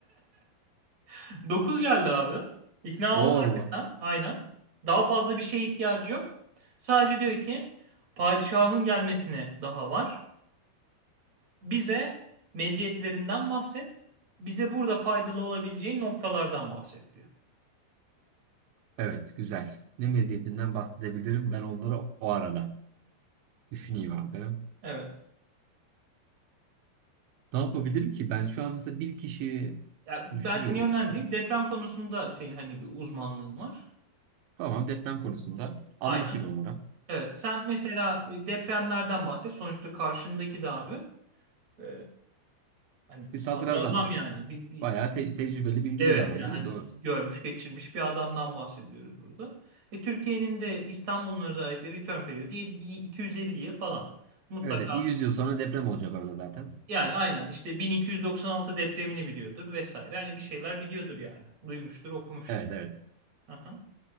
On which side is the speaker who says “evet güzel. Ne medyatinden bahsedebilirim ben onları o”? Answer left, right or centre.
Right